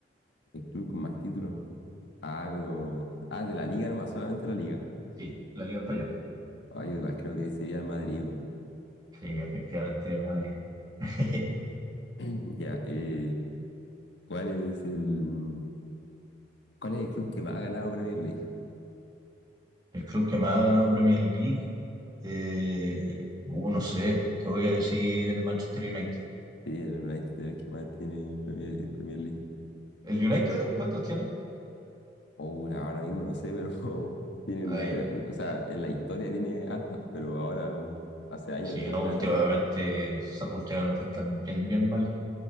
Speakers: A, on the left; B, on the right.
A: el club con más títulos. Ah, pero. Ah, de la liga nomás, solamente la liga.
B: Sí, la Liga Española.
A: Ah, yo igual creo que sería el Madrid. weón.
B: Sí, efectivamente, el Madrid. <laughs>
A: <clears throat> Ya, eh, ¿cuál es el, cuál es el club que más ha ganado Premier League?
B: El club que más ha ganado Premier League, eh, uh, no sé, te voy a decir el Manchester United.
A: Sí, el United es el que más tiene Premier, Premier League.
B: ¿El United eh? cuántos tiene?
A: Ahora, ahora mismo no sé, pero <laughs> tiene
B: Ah,
A: una,
B: ya.
A: ca- o sea, en la historia tiene hartas, pero ahora mm, hace años
B: Sí,
A: que
B: no,
A: no gana
B: últimamente,
A: una.
B: últimamente están bien, bien mal.